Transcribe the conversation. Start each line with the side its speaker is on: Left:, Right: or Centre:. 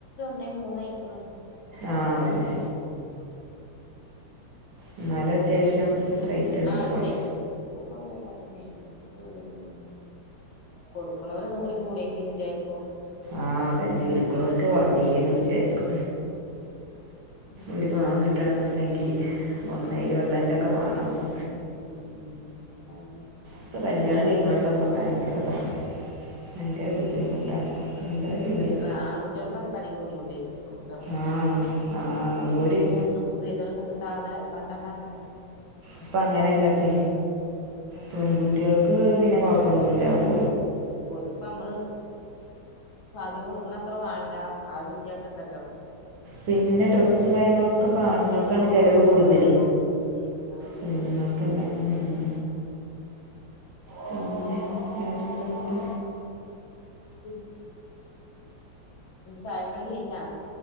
Left: ന്നെ മൂന്നായിക്കണ്.
Right: ആഹ് അതന്നെ.
Left: ഉം.
Right: എന്നാലും അത്യാവശ്യം റേറ്റ് ഉണ്ട്
Left: ആഹ്
Right: ഇപ്പോഴും
Left: ഇണ്ടേ ഇടുക്കുമ്പോ പോകലന്നേണ് പോവലന്നണ്. കൊടുക്കുണോര് ഒന്നും കൂടി കൂടിയങ്കിന്ന് വിചാരിക്കും.
Right: ആഹ് അതന്നെ എടുക്ക്ണോര്ക്ക് കൊറഞ്ഞങ്കീന്നും വിചാരിക്കും.
Left: ഉം
Right: ഒരു പവൻ കിട്ടണം എന്ന് ഇണ്ടെങ്കി ഒന്നെ
Left: ഉം
Right: ഇരുപത്തഞ്ചൊക്കെ വാണം ഇപ്പൊ.
Left: ഉം ഉം ആഹ്.
Right: ഇപ്പ കല്യാണം കഴിക്കണ ഓര്ക്ക് ഒക്കെ ഭയങ്കര ഇതാ ഭയങ്കര ബുദ്ധിമുട്ടാണ് എന്താ ചെയ്യുക
Left: ക്കിട്ടണ ആൺ കുട്ടിക്കാണ് ഇപ്പൊ അധികം ബുദ്ധിമുട്ടെ. പെൺകുട്ടിയോളെക്കാട്ടിം
Right: ആ ആ
Left: ഓർക്ക്പ്പ
Right: ഒരു
Left: ഒന്നും സ്ത്രീധനൊന്നും കിട്ടാതെ പണ്ട ണ്ടാക്കണ്ടേ.
Right: ഇപ്പ അങ്ങനെല്ല ഇപ്പൊ
Left: ആഹ്
Right: പെൺ കുട്ടിയാൾക്ക് പിന്നെ കൊഴപ്പൊന്നുല്ല ഓ
Left: ഓൽക്കിപ്പ നമ്മള് സാധ്യം കൊടുക്കണ അത്ര വാണ്ട ആ ഒരു വ്യത്യാസം ഉണ്ടല്ലോ.
Right: പിന്നെ ഡ്രസ്സും കാര്യങ്ങളൊക്കെ ഇപ്പ ആണുങ്ങൾക്കാണ് ചെലവ് കൂടുതൽ
Left: ഉം
Right: പിന്ന ക്കല്ല ഉം.
Left: ഉം.
Right: പിന്നെ വേറെന്താ അന്നിട്ട്
Left: ഉം. നിന്റെ ചായപ്പണി കെയിഞ്ഞാ?